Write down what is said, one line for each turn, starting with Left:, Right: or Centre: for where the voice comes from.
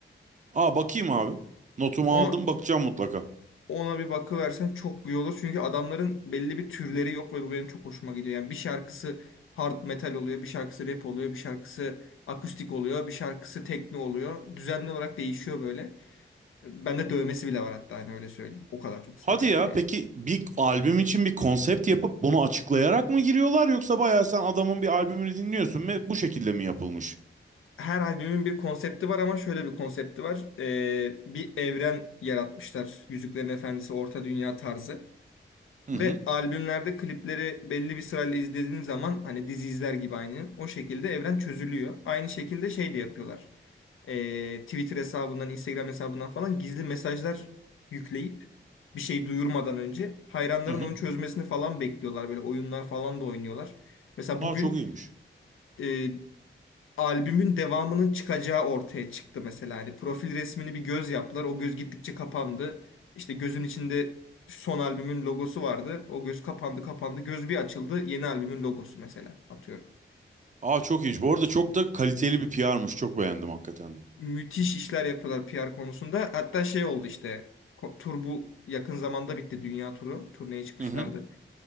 Right: Aa bakayım abi. Notumu
Left: Onu
Right: aldım bakacağım mutlaka.
Left: Ona bir bakıversen çok iyi olur. Çünkü adamların belli bir türleri yok ve bu benim çok hoşuma gidiyor. Yani bir şarkısı hard metal oluyor, bir şarkısı rap oluyor, bir şarkısı akustik oluyor, bir şarkısı tekno oluyor. Düzenli olarak değişiyor böyle. Bende dövmesi bile var hatta hani öyle söyleyeyim. O kadar çok
Right: Hadi
Left: seviyorum
Right: ya
Left: yani.
Right: peki bir albüm için bir konsept yapıp bunu açıklayarak mı giriyorlar yoksa bayağı sen adamın bir albümünü dinliyorsun ve bu şekilde mi yapılmış?
Left: Her albümün bir konsepti var ama şöyle bir konsepti var. Ee, bir evren yaratmışlar. Yüzüklerin Efendisi, Orta Dünya tarzı.
Right: Hı
Left: Ve
Right: hı
Left: albümlerde klipleri belli bir sırayla izlediğin zaman hani dizi izler gibi aynı. O şekilde evren çözülüyor. Aynı şekilde şey de yapıyorlar. Ee, Twitter hesabından, Instagram hesabından falan gizli mesajlar yükleyip bir şey duyurmadan önce hayranların
Right: hı hı.
Left: onu çözmesini falan bekliyorlar. Böyle oyunlar falan da oynuyorlar. Mesela
Right: Aa
Left: bugün
Right: çok iyiymiş.
Left: e, albümün devamının çıkacağı ortaya çıktı mesela. Hani profil resmini bir göz yaptılar. O göz gittikçe kapandı. İşte gözün içinde son albümün logosu vardı. O göz kapandı kapandı. Göz bir açıldı. Yeni albümün logosu mesela atıyorum.
Right: Aa çok iyiymiş. Bu arada çok da kaliteli bir PR'mış. Çok beğendim hakikaten de.
Left: Müthiş işler yapıyorlar PR konusunda. Hatta şey oldu işte. ko- Tur bu yakın zamanda bitti. Dünya turu. Turneye çıkmışlardı.
Right: Hı hı